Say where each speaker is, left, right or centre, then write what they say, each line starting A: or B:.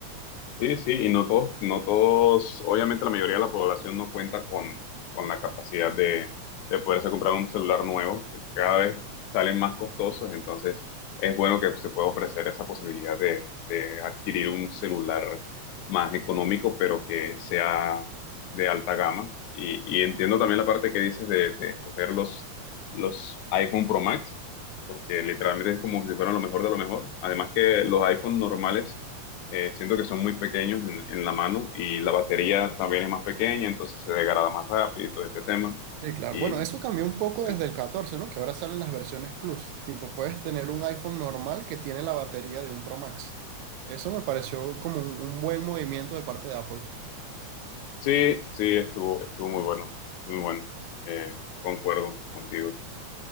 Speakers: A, on the left; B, on the right.
A: Sí, sí, y no todos, no todos, obviamente la mayoría de la población no cuenta con, con la capacidad de, de poderse comprar un celular nuevo, porque cada vez salen más costosos, entonces es bueno que se pueda ofrecer esa posibilidad de, de adquirir un celular más económico, pero que sea de alta gama. Y, y entiendo también la parte que dices de, de escoger los, los iPhone Pro Max, porque literalmente es como si fueran lo mejor de lo mejor. Además que los iPhone normales eh, siento que son muy pequeños en, en la mano y la batería también es más pequeña, entonces se degrada más rápido y todo este tema.
B: Sí, claro.
A: Y
B: Bueno, eso cambió un poco
A: sí,
B: desde el 14, ¿no? Que ahora salen las versiones Plus. Tipo, puedes tener un iPhone normal que tiene la batería de un Pro Max. Eso me pareció como un, un buen movimiento de parte de Apple.
A: sí, sí, estuvo, estuvo muy bueno, estuvo muy bueno. Eh, concuerdo contigo.